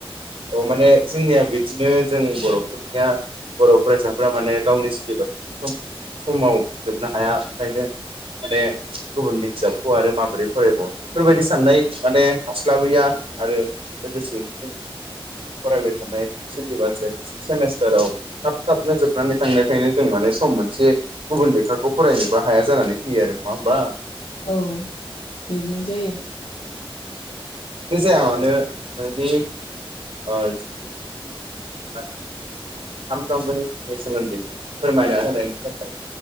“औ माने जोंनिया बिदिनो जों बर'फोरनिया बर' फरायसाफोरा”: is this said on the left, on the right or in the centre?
Right